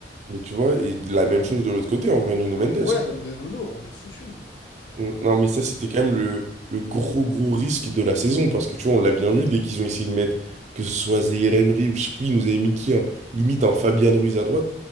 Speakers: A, on the right (about 40°); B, on the left (about 70°).
A: Mais tu vois, et de la même chose de l'autre côté, en vrai, Nuno Mendes.
B: Ouais,
A: hein.
B: même de Nono, on est foutu.
A: On- Non, mais ça, c'était quand même le, le gros, gros risque de la saison. Parce que tu vois, on l'a bien vu, dès qu'ils ont essayé de mettre, que ce soit Zaïre Emery ou je sais plus, ils nous avaient mis qui, hein, limite un Fabian Ruiz à droite.